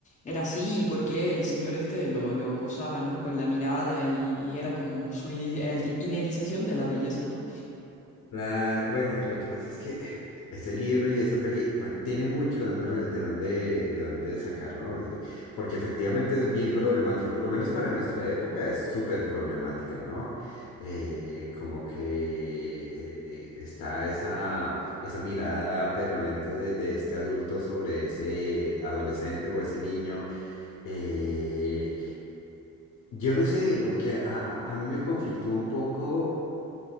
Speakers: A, on the left (about 25°); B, on the left (about 80°).
A: era así y por qué el señor este lo, lo acosaba, ¿no? Con la mirada y, y era como su ide- el- idealización de la belleza, ¿no?
B: Claro, bueno, lo que pasa es que <laughs> ese libro y esa peli, bueno, tiene mucho de dónde, re- de dónde, de dónde sacar, ¿no? Es de- Porque efectivamente es bien problemática, por lo menos para nuestra época es súper problemática, ¿no? Eh, como que eh, está esa, esa mirada permanente de, de este adulto sobre ese adolescente o ese niño. eh, yo no sé, porque a, a- a mí me conflictúa un poco